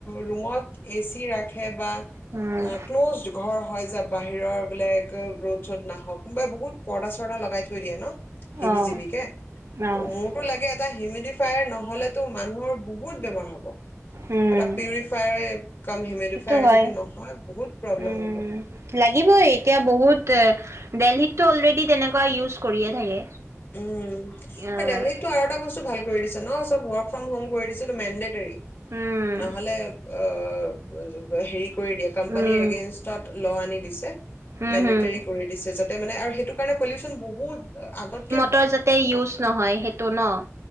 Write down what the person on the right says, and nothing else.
উম,
অ', অ',
উম,
সেইটো হয়।
উম,
লাগিবই এতিয়া বহুত এ, দেলহীত টো অলৰেডী তেনেকুৱা ইউজ কৰিয়েই থাকে।
উম
উম
উম
হম
হম
ত যাতে ইউজ নহয়, সেইটো ন',